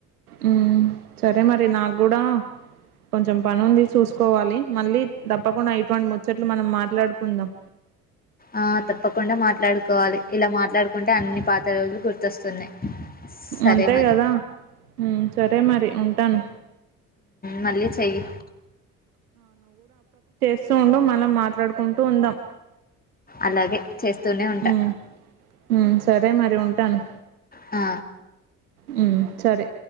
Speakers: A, on the right (about 85°); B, on the left (about 20°).
A: ఉ సరే మరి నాకు కూడా కొంచెం పని ఉంది చూసు కోవాలి మళ్ళీ తప్పకుండా ఇటువంటి ము చెట్లు మనం మాట్లాడుకుందాం
B: ఆ తప్పకుండా మాట్లాడుకోవాలి ఇలా మాట్లాడుకుంటే అన్ని పాత రోజులు గుర్తొస్తున్నాయి సరే
A: అంతే
B: మరి
A: కదా ఉమ్ సరే మరి ఉంటాను
B: మళ్ళీ చెయ్య
A: ఒసేయ్ ఉండు మనం మాట్లాడుకుంటూ ఉందాం
B: అలాగే చేస్తూనే ఉంటా
A: హ్మ్ హ్మ్ సరే అదే మరి ఉంటాను
B: ఆ
A: హ్మ్ సరే